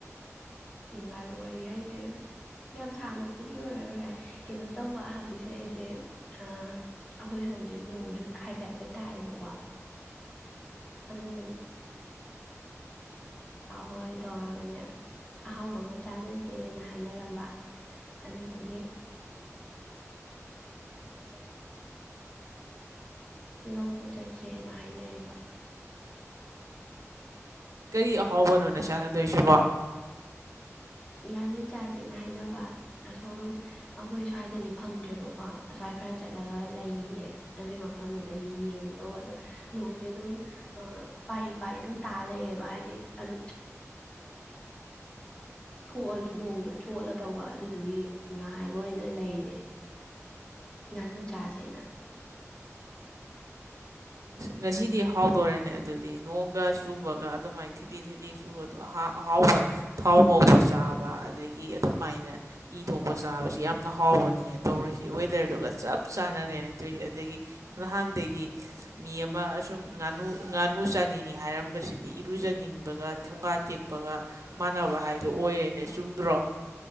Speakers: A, on the left; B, on the right.
A: ꯅꯨꯡꯉꯥꯏꯕ ꯋꯥꯔꯤ ꯍꯥꯏꯁꯦ ꯌꯥꯝ ꯁꯥꯡꯕꯕꯨꯗꯤ ꯑꯣꯏꯔꯔꯣꯢ ꯀꯩꯅꯣ ꯇꯧꯕ ꯍꯧꯖꯤꯛꯁꯦ ꯑꯩꯁꯦ ꯑꯩꯈꯣꯏ ꯁꯣꯝꯁꯦ ꯅꯣꯡꯁꯨ ꯍꯥꯏꯐꯦꯠ ꯍꯥꯏꯐꯦꯠ ꯇꯥꯏꯌꯦꯕꯀꯣ ꯑꯗꯨꯗꯨꯅ ꯕꯥ ꯍꯣꯏ ꯇꯧꯔꯒꯅꯦ ꯑꯍꯥꯎꯕ ꯑꯃ ꯆꯥꯅꯁꯦꯅ ꯍꯥꯏꯅꯔꯝꯕ ꯑꯗꯨꯗꯨꯒꯤ <unintelligible> ꯂꯧꯕ ꯆꯠꯁꯦꯅ ꯍꯥꯏꯅꯔꯤꯕ
B: ꯀꯔꯤ ꯑꯍꯥꯎꯕꯅꯣꯅꯦ ꯆꯥꯟꯅꯗꯣꯏꯁꯤꯕꯣ
A: ꯉꯥꯅꯨ ꯆꯥꯁꯦꯅ ꯍꯥꯏꯅꯕ ꯑꯁꯣꯝ ꯑꯩꯈꯣꯏ ꯁ꯭ꯋꯥꯏꯗꯗꯤ ꯐꯪꯗ꯭ꯔꯦꯕꯀꯣ ꯑꯁ꯭ꯋꯥꯏ ꯈꯔ ꯆꯠꯂꯒ ꯂꯩꯌꯦ ꯑꯗꯨꯒꯤ ꯃꯐꯝꯗꯨꯗꯒꯤ ꯌꯦꯡꯉꯨꯗꯧꯕ ꯑꯗꯨꯣ ꯅꯣꯡꯁꯦ ꯑꯗꯨꯝ ꯄꯥꯔꯤ ꯄꯥꯔꯤ ꯑꯗꯨꯝ ꯇꯥ ꯂꯩꯔꯦꯕ ꯍꯥꯏꯗꯤ ꯑꯗꯨꯝ ꯊꯣꯛꯑꯁꯨ ꯅꯣꯡꯗ ꯆꯣꯠꯂ ꯇꯧꯕ ꯑꯗꯨꯗꯨꯒꯤ ꯉꯥꯏꯕ ꯑꯣꯏꯅ ꯂꯩꯔꯤꯅꯦ ꯉꯥꯅꯨ ꯆꯥꯁꯦꯅ
B: ꯉꯁꯤꯗꯤ ꯍꯥꯎꯗꯣꯔꯦꯅꯦ ꯑꯗꯨꯗꯤ ꯅꯣꯡ ꯒ ꯆꯨꯕꯒ ꯑꯗꯨꯃꯥꯏꯅ ꯊꯤꯠꯂꯤ ꯊꯤꯠꯂꯤ ꯆꯨꯕꯗꯣ ꯑ ꯑꯍꯥꯎꯕ ꯊꯥꯎ ꯉꯧꯕ ꯆꯥꯕ ꯑꯗꯒꯤ ꯑꯗꯨꯃꯥꯏꯅ ꯏ ꯊꯣꯛꯄ ꯆꯥꯕꯁꯤ ꯌꯥꯝꯅ ꯍꯥꯎꯕꯅꯤꯅ ꯇꯧꯔꯤꯁꯤ ꯋꯦꯗꯔꯗꯨꯒ ꯆꯞ ꯆꯥꯟꯅꯔꯦꯅ ꯇꯧꯔꯤꯁꯦ ꯑꯗꯒꯤ ꯅꯍꯥꯟꯗꯒꯤ ꯃꯤ ꯑꯃ ꯑꯁꯨꯝ ꯉꯥꯅꯨ ꯉꯥꯅꯨ ꯆꯥꯅꯤꯡꯉꯤ ꯍꯥꯏꯔꯝꯕꯁꯤꯗꯤ ꯏꯔꯨꯖꯅꯤꯡꯕꯒ ꯊꯣꯡꯒꯥ ꯇꯦꯛꯄꯒ ꯃꯥꯟꯅꯕ ꯍꯥꯏꯗꯣ ꯑꯣꯏꯔꯦꯅꯦ ꯆꯨꯝꯗ꯭ꯔꯣ